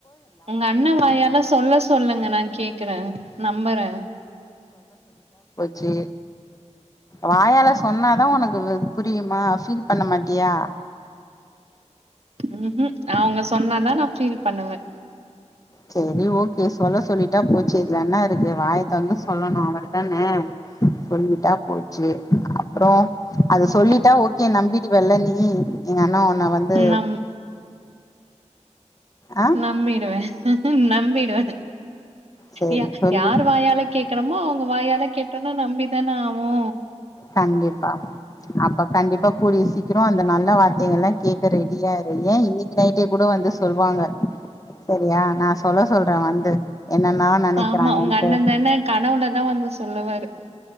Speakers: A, on the right (about 55°); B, on the left (about 30°).
A: உங்க அண்ண வாயால சொல்ல சொல்லுங்க நா கேக்குறே நம்புறே
B: சே வாயால சொன்னாதா உனக்கு புரியுமா ஃபீல் பண்ணமாட்டியா
A: ம் ம் அவங்க சொன்னாதா நா ஃபீல் பண்ணுவே
B: சேரி ஓகே சொல்ல சொல்லிட்டா போச்சி இதுல என்ன இருக்கு வாயதொரந்து சொல்லணு அவதானே சொல்லிட்டா போச்சி அப்புறோ அது
A: ம்
B: சொல்லிட்டா ஓகே நம்பிடுவல்ல நீ ம் எங்க அண்ண ஒன் ன வந்து
A: நம்ம
B: ஆ
A: நம்பிடுவே நம்பிடுவே
B: சேரி
A: யா
B: சொல்லு
A: யார் வாயால கேக்றோமோ அவங்க வாயால கேட்ர்னு நம்பிதான ஆவோ
B: கண்டிப்பா அப்ப கண்டிப்பா கூடிய சீக்கிரோ அந்த நல்ல வார்தகல கேட்ரரெடியாரு ஏ இன்னிகி நைட்டே கூட வந்து சொல்வாங்க சரியா நா சொல்ல சொல்றே வந்து என்னனா நெனக்கிறாங்கன்ட்டு
A: ஆமா உங்க அண்ண தான கனவுலதா வந்து சொல்லுவாரு